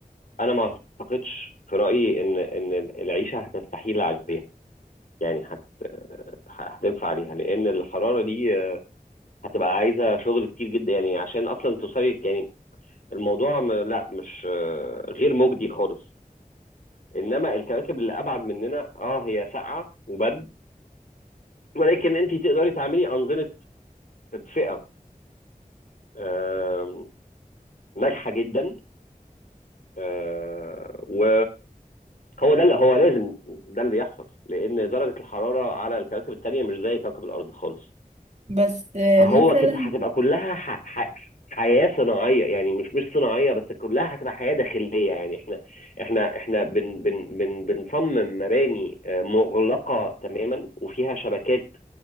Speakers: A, on the left; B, on the right.
A: أنا ما أعتقدش في رأيي إن إن العيشة هتستحيل عليها يعني هت هتنفع عليها لان الحراره دي آه، هتبقى عايزه شغل كتير جدا يعني عشان اصلا توصلي يعني الموضوع م... لا مش آه، غير مجدي خالص انما الكواكب اللي ابعد مننا اه هي ساقعه وبرد ولكن انت تقدري تعملي انظمه تدفئه آم، ناجحه جدا آه، و هو ده اللي هو لازم ده اللي يحصل لان درجه الحراره على الكواكب التانيه مش زي كوكب الارض خالص
B: بس آه،
A: فهو
B: مثلا
A: كده هتبقى كلها ح... ح... حياة صناعية يعني مش مش صناعية بس كلها هتبقى حياة داخلية يعني احنا احنا احنا بن بن بن بنصمم مباني آه، مغلقة تماما وفيها شبكات